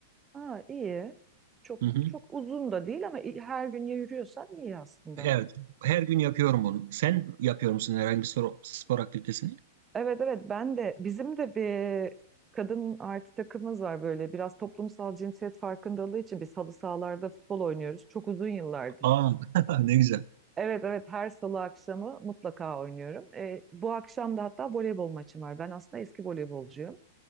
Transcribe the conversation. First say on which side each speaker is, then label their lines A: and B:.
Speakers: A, on the right; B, on the right.
A: Aa, iyi. Çok
B: Hı hı.
A: çok uzun da değil ama i- her gün ya yürüyorsan iyi aslında.
B: Evet. Her gün yapıyorum bunu. Sen yapıyor musun herhangi bir spor, spor aktivitesini?
A: Evet evet ben de bizim de bir kadın artı takımımız var böyle biraz toplumsal cinsiyet farkındalığı için biz halı sahalarda futbol oynuyoruz. Çok uzun yıllardır.
B: Aa, <laughs> ne güzel.
A: Evet evet her salı akşamı mutlaka oynuyorum. Ee, bu akşam da hatta voleybol maçım var. Ben aslında eski voleybolcuyum.